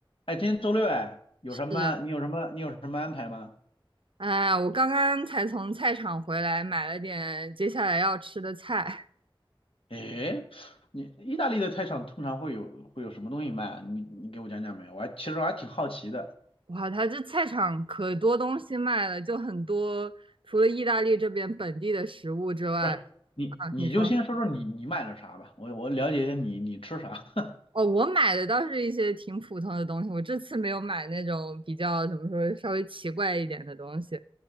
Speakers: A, on the left; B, on the right.
A: 哎，今天周六哎，有什么？
B: 是啊，
A: 你有什么？你有什么安排吗？
B: 啊，我刚刚才从菜场回来，买了点接下来要吃的菜。
A: 哎，你意大利的菜场通常会有会有什么东西卖啊？你你给我讲讲呗，我还其实我还挺好奇的。
B: 哇，它这菜场可多东西卖了，就很多，除了意大利这边本地的食物之外，
A: 不是，你你就先说说你你买了啥吧，
B: 啊，你说，
A: 我我了解一下你你吃啥 <laughs>
B: 哦，我买的倒是一些挺普通的东西，我这次没有买那种比较怎么说稍微奇怪一点的东西，